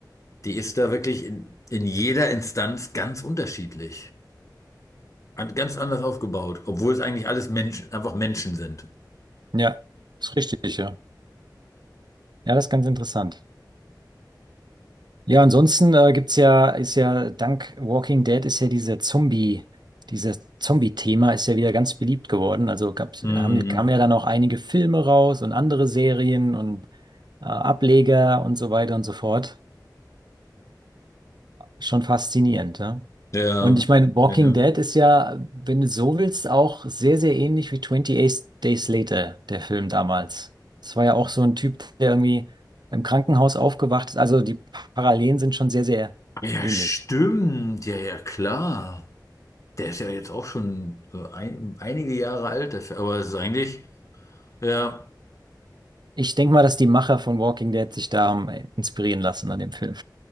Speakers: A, on the left; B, on the right.
A: die ist da wirklich in, in jeder Instanz ganz unterschiedlich, an, ganz anders aufgebaut, obwohl es eigentlich alles Menschen, einfach Menschen sind.
B: ja, ist richtig, ja. Ja, das ist ganz interessant. Ja, ansonsten äh, gibt's ja, ist ja, dank Walking Dead ist ja dieser Zombie, dieses Zombie-Thema ist ja wieder ganz beliebt geworden. Also gab's,
A: Mhm.
B: haben, kamen ja dann auch einige Filme raus und andere Serien und äh, Ableger und so weiter und so fort. Schon faszinierend, ja.
A: Ja,
B: Und ich meine, Walking
A: ja, ne?
B: Dead ist ja, wenn du so willst, auch sehr, sehr ähnlich wie 28 Days Later, der Film damals. Es war ja auch so ein Typ, der irgendwie im Krankenhaus aufgewacht ist. Also die Parallelen sind schon sehr, sehr
A: Ja,
B: ähnlich.
A: stimmt, ja, ja, klar. Der ist ja jetzt auch schon äh, ein, einige Jahre alt, der Fe- aber es ist eigentlich, ja,
B: Ich denke mal, dass die Macher von Walking Dead sich da haben inspirieren lassen an dem Film.